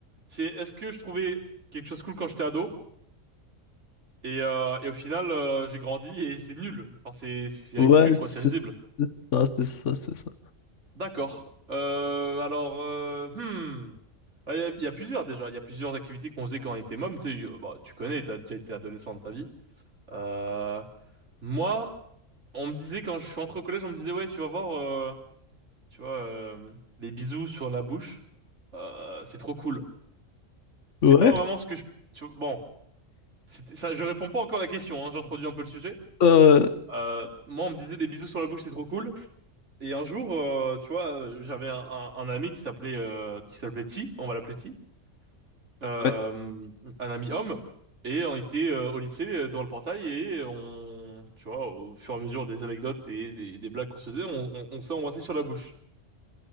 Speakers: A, on the right (about 60°); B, on the left (about 65°).
A: C'est, est-ce que je trouvais quelque chose cool quand j'étais ado et, euh, et au final, euh, j'ai grandi et c'est nul. Enfin, c'est, c'est
B: Ouais,
A: ridicule, quoi.
B: c'est
A: C'est risible.
B: c'est ça, c'est ça, c'est ça.
A: D'accord. Euh, alors, euh, hmm. Ah, Il y, a il y a plusieurs déjà, il y a plusieurs activités qu'on faisait quand on était môme, tu sais, euh, bah, tu connais, t'as déjà été adolescent dans ta vie. Euh, moi, on me disait quand je suis entré au collège, on me disait ouais, tu vas voir, euh, tu vois, euh, les bisous sur la bouche, euh, c'est trop cool. C'est
B: Ouais.
A: pas vraiment ce que je, tu bon, c'était ça, je réponds pas encore à la question, hein, j'introduis un peu le sujet.
B: Euh...
A: Euh, moi, on me disait les bisous sur la bouche, c'est trop cool. Et un jour, euh, tu vois, euh, j'avais un, un, un ami qui s'appelait euh, qui s'appelait T, on va l'appeler T, euh,
B: Ouais.
A: un ami homme. Et on était euh, au lycée euh, dans le portail et on, tu vois, au fur et à mesure des anecdotes et des, des blagues qu'on se faisait, on, on, on s'est embrassé sur la bouche.